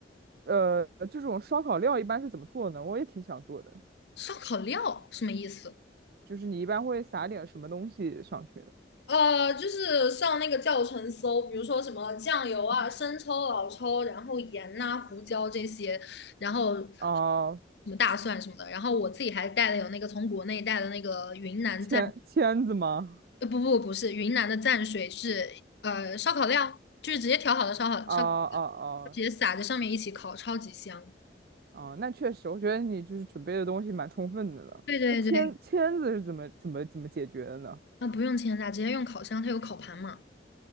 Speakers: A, on the right; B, on the left.
A: 呃，这种烧烤料一般是怎么做呢？我也挺想做的，
B: 烧烤料什么意思？
A: 就是你一般会撒点什么东西上去？
B: 呃，就是上那个教程搜，比如说什么酱油啊、生抽、老抽，然后盐呐、胡椒这些，然后什
A: 啊、
B: 么大蒜什么的。然后我自己还带了有那个从国内带的那个云南蘸
A: 签签子吗？
B: 呃，不不不是，云南的蘸水是呃烧烤料，就是直接调好的烧烤烧烤料
A: 啊啊啊
B: 直接撒在上面一起烤，超级香。
A: 啊！那确实，我觉得你就是准备的东西蛮充分的了。
B: 对对对，
A: 那签签子是怎么怎么怎么解决的呢？
B: 那不用煎炸，直接用烤箱，它有烤盘嘛。